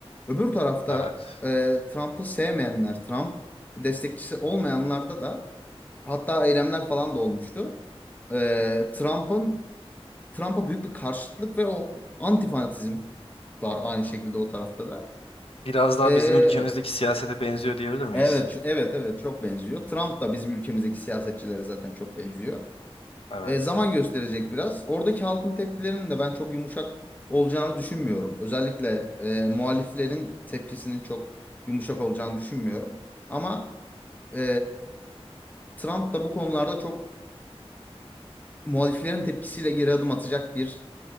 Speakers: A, on the left; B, on the left.
A: Öbür tarafta
B: Evet,
A: e, Trump'ı sevmeyenler, Trump destekçisi olmayanlarda da hatta eylemler falan da olmuştu. E, Trump'ın Trump'a büyük bir karşıtlık ve o anti fanatizm var aynı şekilde o tarafta da.
B: Biraz daha
A: E,
B: bizim ülkemizdeki siyasete benziyor diyebilir miyiz?
A: evet, evet, evet çok benziyor. Trump da bizim ülkemizdeki siyasetçilere zaten çok benziyor.
B: evet.
A: E, zaman gösterecek biraz. Oradaki halkın tepkilerinin de ben çok yumuşak olacağını düşünmüyorum. Özellikle e, muhaliflerin tepkisinin çok yumuşak olacağını düşünmüyorum. Ama e, Trump da bu konularda çok muhaliflerin tepkisiyle geri adım atacak bir